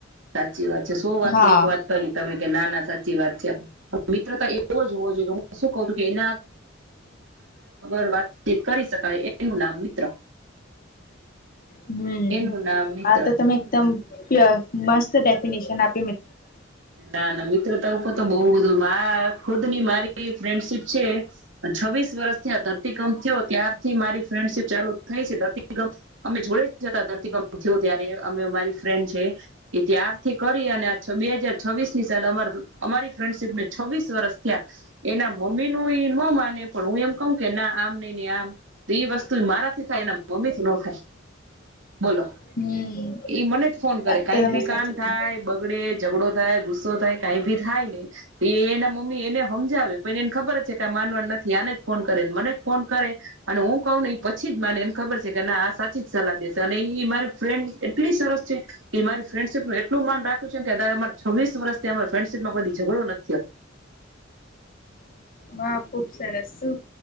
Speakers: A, on the right; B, on the left.
A: સાચી વાત છે. શો વાતની
B: હા
A: એક વાત કરી તમે. નાના સાચી વાત છે. મિત્રતા એ એવોજ હોવો જોઈએ કશું ખોટું <unintelligible> વાતચીત કરી શકાય એનું નામ મિત્ર.
B: હમ્મ,
A: એનું નામ મિત્ર
B: આ તો તમે દમ <unintelligible> મસ્ત ડેફિનેશન આપ
A: ના ના મી ત્ર ઉપર તો બવ <unintelligible> ખુદ ની મારી ફ્રેન્ડશીપ છે. અન છવ્વીસ વર્ષથી આ ધરતીકંપ થયો ત્યારથી મારી ફ્રેન્ડશીપ ચાલુ થઈ છે. ધરતીકંપ અમે જોડે <unintelligible> ધરતીકંપ થયો ત્યારે અમે મારી ફ્રેન્ડ છે, એ ત્યારથી કરી અને છબી બે હાજર છવ્વીસ ની સાલે અમાર અમારી ફ્રેન્ડશીપ ને છવ્વીસ વર્ષ થયા એના મમ્મી નોઇ ન માને પણ હું એમ કઉ કે ના આમ નઈ નઈ આમ તો એ વસ્તુ મારાથી થાય એના મમ્મીથી ન થાય બોલો,
B: હમ
A: એ મને જ ફોન
B: વાત
A: કરે
B: તો
A: કઈ
B: તમે
A: ભી
B: સાચી
A: કામ
B: કહી
A: થાય બગડે તો થાય ગુસ્સો થાય કઈ બી થાય ને તોઇ એના મમ્મી એને હમજાવે પણ એને ખબર જ છે કે આ માનવા ની નથી. આને જ ફોન કરેને. મને જ ફોન કરે અને હું કહું ને એ પછી જ માને. એમ ખબર છે કે ના આ સાચી જ સલાહ દેશે. અને એ મારી ફ્રેન્ડ એટલી સરસ છે. કે મારી ફ્રેન્ડશીપ નું એટલું માન રાખ્યું છે કદાય મને છવ્વીસ વર્ષથી અમા ફ્રેન્ડશીપમાં કોબી ઝઘડો નથ થી.
B: હ ખુબ સરસ શુ